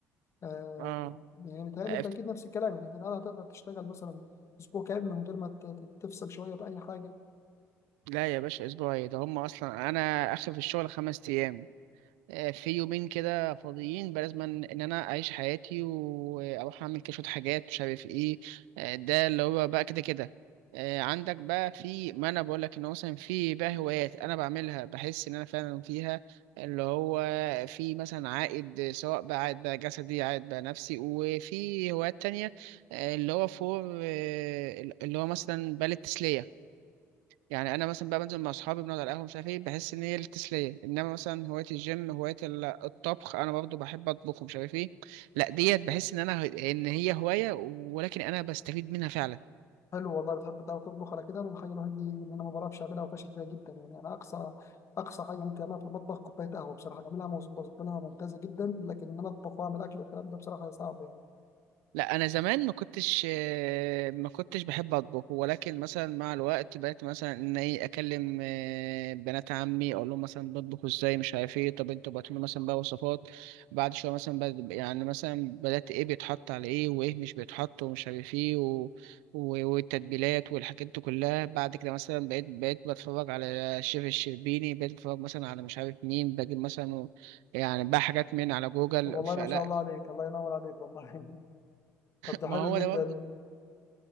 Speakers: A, on the left; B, on the right.
A: آه
B: اه
A: يعني متهيألي
B: أف-
A: انت اكيد نفس الكلام يعني كان هتقدر تشتغل مثلا اسبوع كامل من غير ما ت- ت- تفصل شويه باي حاجه
B: لا يا باشا اسبوعي ده هم اصلا انا اخر في الشغل خمس ايام آه، في يومين كده فاضيين بلازم ان انا اعيش حياتي واروح اعمل كده شويه حاجات مش عارف ايه آه، ده اللي هو بقى كده كده آه، عندك بقى في ما انا بقول لك ان هو مثلا في بقى هوايات انا بعملها بحس ان انا فعلا فيها اللي هو في مثلا عائد سواء بقى عائد بقى جسدي عائد بقى نفسي وفي هوايات تانية آه، اللي هو فور آه، اللي هو مثلا بالة تسلية يعني انا مثلا بقى بنزل مع اصحابي بنقعد على القهوه مش عارف ايه بحس ان هي التسليه انما مثلا هوايه الجيم هوايه ال- الطبخ انا برضو بحب اطبخ ومش عارف ايه لا ديت بحس ان انا ان هي هوايه ولكن انا بستفيد منها فعلا
A: حلو والله بتحب تعرف تطبخ على كده انا الحاجه الوحيده دي ان انا ما بعرفش اعملها وفاشل فيها جدا يعني انا اقصى اقصى حاجه ممكن اعملها في المطبخ كوبايه قهوه بصراحه بعملها مز- بظبطها ممتازه جدا لكن ان انا اطبخ واعمل اكل والكلام ده بصراحه صعب يعني
B: لا انا زمان ما كنتش آه، ما كنتش بحب اطبخ ولكن مثلا مع الوقت بقيت مثلا ان ايه اكلم آه، بنات عمي اقول لهم مثلا بطبخوا ازاي مش عارف ايه طب انتوا بعتوا لي مثلا بقى وصفات بعد شويه مثلا بد... يعني مثلا بدات ايه بيتحط على ايه وايه مش بيتحط ومش عارف ايه و... و... والتتبيلات والحاجات دي كلها بعد كده مثلا بقيت بقيت بتفرج على الشيف الشربيني بقيت بتفرج مثلا على مش عارف مين بجيب مثلا يعني بقى حاجات من على جوجل
A: طب والله
B: فلا
A: ما شاء الله عليك
B: <laughs>
A: الله ينور عليك والله <laughs> طب ده
B: ما
A: حلو
B: هو
A: جدا
B: ده برضه